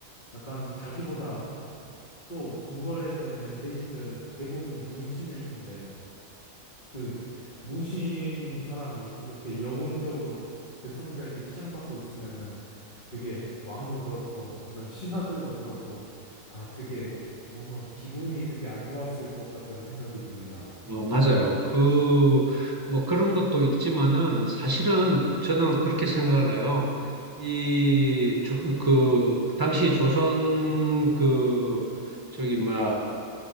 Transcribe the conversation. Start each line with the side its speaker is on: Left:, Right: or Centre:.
Left: 약간 자기보다 또 궁궐에서 있는 대신들은 대부분이 문신일 텐데 그 무신인 사람이 이렇게 영웅적으로 백성들에게 치양받고 있으면은 되게 왕도 그렇고 이런 신하들도 그렇고 아 되게 뭔가 기분이 되게 안 좋았을 것 같다는 생각이 듭니다.
Right: 어, 맞아요. 그, 뭐 그런 것도 있지만은 사실은 저는 그렇게 생각을 해요. 이, 조, 그, 당시 조선 그, 저기 뭐야,